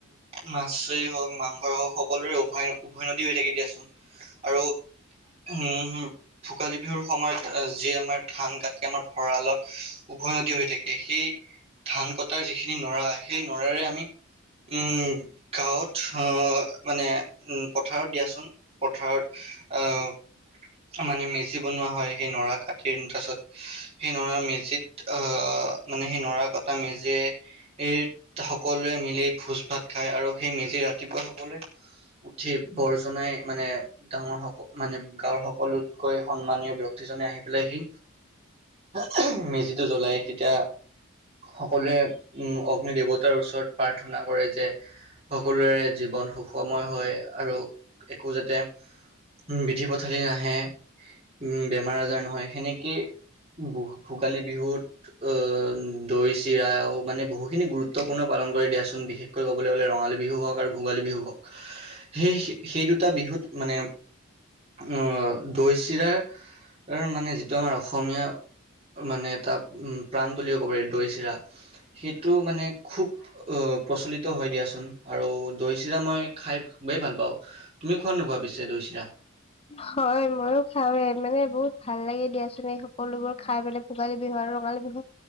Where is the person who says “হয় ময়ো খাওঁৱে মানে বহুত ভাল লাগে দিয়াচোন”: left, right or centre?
Left